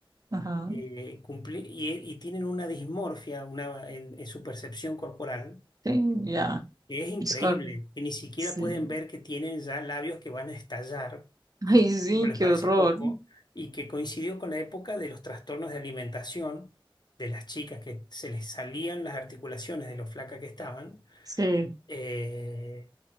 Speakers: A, on the right; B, on the left.
A: ajá,
B: eh, cumplir- y, y tienen una dismorfia una, en, en su percepción corporal
A: sí, ya,
B: es increíble
A: es correcto.
B: que ni siquiera
A: Sí.
B: pueden ver que tienen ya labios que van a estallar, y
A: Ay, sí,
B: siempre les
A: qué
B: parece
A: horror.
B: poco, y que coincidió con la época de los trastornos de alimentación de las chicas que se les salían las articulaciones de lo flaca que estaban,
A: Sí,
B: eh,